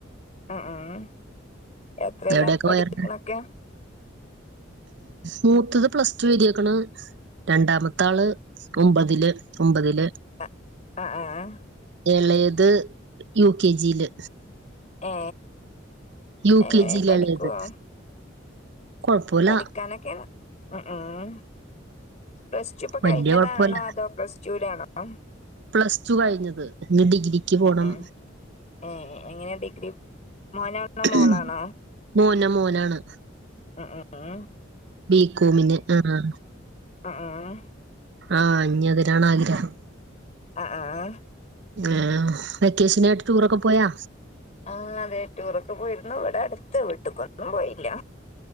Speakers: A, on the left; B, on the right.
A: ഉം ഉം എത്രയല്ലാം
B: എവിടെയൊക്കെ
A: പഠിക്കണൊക്കെ
B: പോയാരുന്നു മൂത്തത് പ്ലസ് ടു എഴുതിക്കണേ രണ്ടാമ ത്താള് ഒമ്പതില് ഒമ്പതില്
A: അ ആ ആ
B: ഏളയത് യു കെ ജിയില്
A: ഏ
B: യു
A: എങ്ങനെ
B: കെ ജി ല്
A: പഠിക്കുവോ
B: എളത് കൊഴപ്പോല
A: പഠിക്കാനൊക്കെ ഉം ഉം പ്ലസ് ടു ഇപ്പൊ
B: വല്യ
A: കഴിഞ്ഞതാണോ
B: കൊഴപ്പല്ല
A: അതോ പ്ലസ് <unintelligible>
B: പ്ലസ് ടു കഴിഞ്ഞത് ഞ്ഞി ഡിഗ്രിക്ക് പോണം.
A: ഉം ഉം ഏ എങ്ങനെ ഡിഗ്രി മോനാണോ
B: മ്
A: മോളാണോ
B: മോന് മോനാണ്.
A: മ് മ് മ്ഹ്
B: ബികോമിന് ആഹ്
A: ഉ ഊം
B: ആ ഞ്ഞി അതിനാണ് ആഗ്രഹം.
A: അ ആഹ്
B: ആഹ് വെക്കേഷനായിട്ട് ടൂറൊക്കെ പോയാ
A: ആഹ് അതെ ടൂറൊക്കെ പോയിരുന്നു ഇവിടെ അടുത്ത് വീട്ട്ക്കൊന്നും പോയില്ല